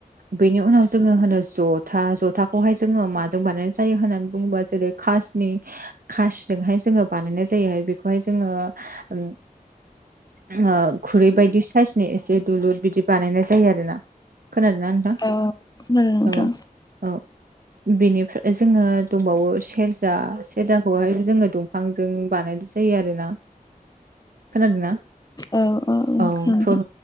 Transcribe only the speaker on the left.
<inaudible>
औ औ खोनादों नोंथां
औ
नोंथां